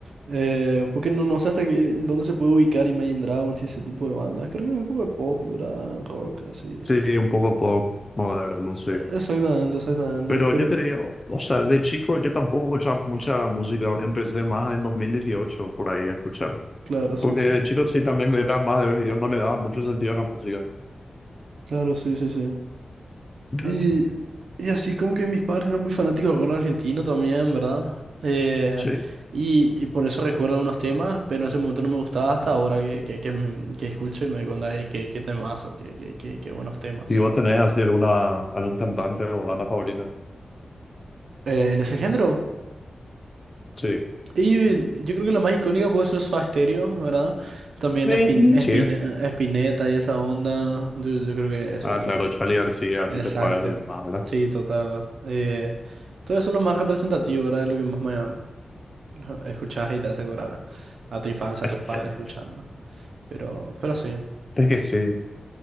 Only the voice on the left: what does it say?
Sí, un poco pop moderno, sí.
Pero
yo te digo, o sea, de chico yo tampoco escuchaba mucha música. Empecé más en 2018 por ahí a escuchar.
Porque
de chico sí también me era más de ver videos, no le daba mucho sentido a la música.
Claro.
Sí.
¿Y vos tenés así alguna, algún cantante o banda favorita?
Sí.
Sí.
Sí.
Ah,
claro,
Charlie García,
Peter Pan y demás, ¿verdad?
<laughs>
Es que sí.